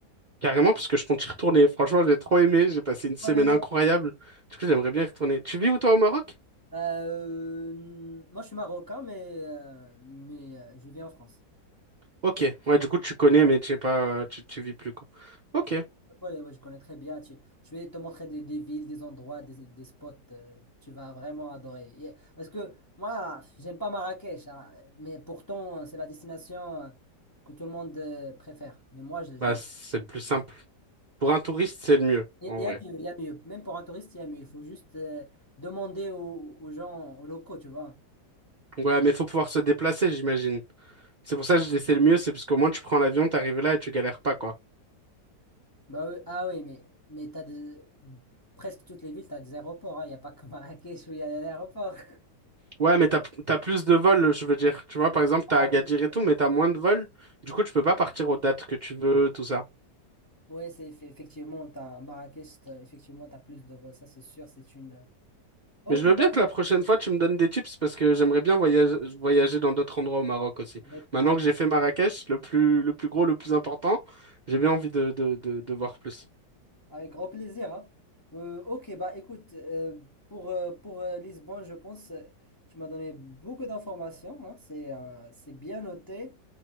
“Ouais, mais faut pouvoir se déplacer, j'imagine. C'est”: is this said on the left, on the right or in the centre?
Right